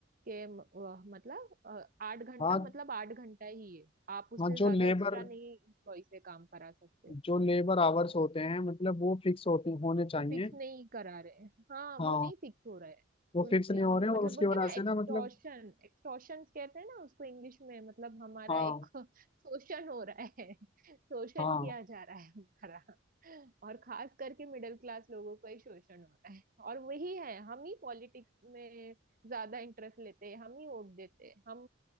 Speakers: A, on the right; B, on the left.
A: के म- वह- मतलब अ, आठ घंटा
B: हाँ
A: मतलब आठ घंटा ही है आप उससे
B: हाँ जो
A: ज्यादा
B: लेबर
A: एक्स्ट्रा नहीं इम्प्लॉय से काम करा सकते
B: जो लेबर आवर्स होते हैं मतलब वो फिक्स होते होने चाहिए
A: वो फिक्स नहीं करा रहे हैं हाँ
B: हाँ
A: वो नहीं फिक्स हो रहा है
B: वो
A: उल-
B: फिक्स नहीं हो
A: हम
B: रहे हैं
A: मतलब
B: और उसकी
A: बोलते
B: वजह
A: हैं ना
B: से
A: एक्सटॉर्शन
B: ना मतलब
A: एक्सटॉर्शन कहते हैं ना उसको इंग्लिश में मतलब हमारा
B: हाँ
A: एक <laughs> शोषण हो रहा है शोषण
B: हाँ
A: किया जा रहा है हमारा और खास करके मिडिल क्लास लोगों का ही शोषण हो रहा है और वही है हम ही पॉलिटिक्स में ज्यादा इंटरेस्ट लेते हैं हम ही वोट देते हैं हम